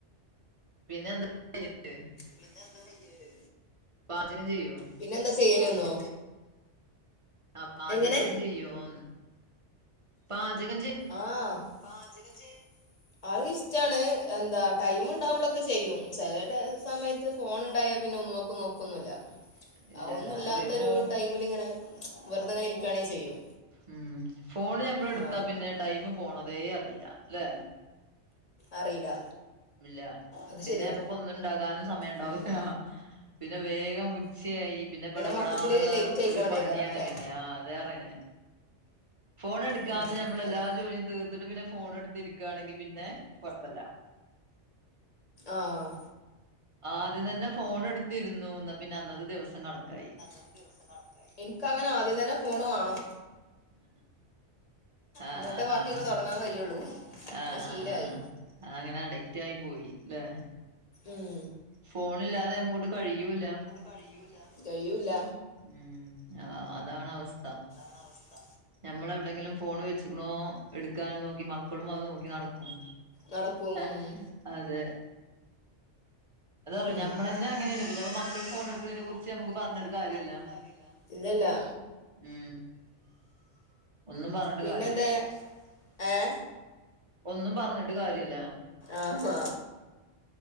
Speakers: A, on the right (about 35°); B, on the left (about 40°).
A: പിന്നെ എന്താ <unintelligible>
B: പിന്നെ എന്താ ചെയ്യല്?
A: പാചകം ചെയ്യുവോ
B: പിന്നെ എന്താ ചെയ്യല്ന്നോ.
A: ആഹാ പാചകം
B: എങ്ങനെ
A: ചെയ്യോന്ന്, പാചകം ചെയോ,
B: ആഹ് പാചകം ചെ അത് ഇഷ്ടാണ് എന്താ ടൈം ഉണ്ടാവകുമ്പോഴൊക്കെ ചെയ്യും ചെല സമയ ത്ത് ഫോൺ ഉണ്ടായ പിന്നെ ഒന്നും നോക്കുല്ല
A: ഇല്ലല്ല
B: ഒന്നും ഇല്ലാത്തരു
A: അ ഫോ
B: ടൈമിലിങ്ങനെ വെറതെങ്ങന ഇരിക്കുകയാണേ ചെയ്യും
A: ഉം ഫോണ് നമ്മള് എടുത്താ
B: ആ
A: പിന്നെ, ടൈം പോണതേ അറിയിലാല്ലേ.
B: അറിയില്ല
A: ഇല്ല
B: അത്
A: പിന്നെ
B: ശരിയാ
A: നമ്മുക്ക് ഒന്നും ഉണ്ടാക്കാനും സമയം ഉണ്ടാവല
B: പിന്നെ
A: പിന്നെ വേഗം ഉച്ചയായി പിന്നെ പടപടാന്നുള്ള
B: മൊത്തത്തില് ലേറ്റ് ആയിക്കൊണ്ടേക്കാരൊക്കെ
A: ഒരു പണിയാണ് പിന്നെ ആ അതറയണേ ഫോൺ എടുക്കാതെ
B: ഉം
A: നമ്മളെല്ലാ
B: അതെ
A: ജോലിയും തീർത്തിട്ട് പിന്നെ ഫോൺ എടുത്തിരിക്കുകയാണെങ്കിൽ പിന്നെ കുഴപ്പല്ല.
B: ആഹ്
A: ആദ്യം തന്നെ ഫോൺ എടുത്തിരുന്നുന്ന് പിന്നെ അന്നത്തെ ദിവസം കണക്കായി
B: അന്നത്തെ ദിവസം കണക്കാണ്. എനിക്ക് അങ്ങനെ ആദ്യം തന്നെ ഫോണ് വേണം
A: ആഹ്
B: എന്നിട്ട്
A: ആഹ്
B: ബാക്കിയൊക്കെ
A: ആഹ്
B: തുടങ്ങാൻ കഴിയുള്ളൂ
A: ആഹ്
B: അത് ശീലായി
A: ആഹ് ആഹ് അങ്ങനെ അഡിക്റ്റ് ആയി പോയി അല്ലേ
B: ഉം
A: ഫോണ് ഇല്ലാതെ നമ്മക്കങ്ങോട്ട് കഴിയൂല്ല
B: കഴിയൂല കഴിയൂല.
A: ഉം അതാണ് അവസ്ഥ
B: അവസ്ഥ
A: ഞമ്മളെവിടെങ്കിലും ഫോണ് വെച്ചക്കണോ എടുക്കാനും നോക്കി മക്കളും അത് നോക്കി നടക്കും
B: നടക്കും
A: <inaudible>
B: ഉം
A: അതെ അതറിയോ
B: ഉം
A: ഞമ്മളന്നെ
B: നമ്മളെന്നെ
A: അങ്ങനെയാണ്
B: അങ്ങനാണ്
A: പിന്നെപ്പ മക്കള്
B: പിന്നെ
A: ഫോൺ എടുക്കുന്നതിനെ
B: മക്കൾ ഫോൺ
A: കുറിച്ച്
B: എടുക്കുന്നതിനെ
A: നമുക്ക് പറഞ്ഞിട്ട്
B: കുറിച്ച് നമ്മൾ
A: കാര്യല്ല
B: പറഞ്ഞിട്ട് കാര്യല്ല ഇല്ലല്ലോ
A: ഉം ഒന്നും പറഞ്ഞട്ട്
B: പിന്നെന്തേ
A: കാര്യല്ല.
B: ഏഹ്
A: ഒന്നും പറഞ്ഞിട്ട് കാര്യല്ല
B: ആഹാ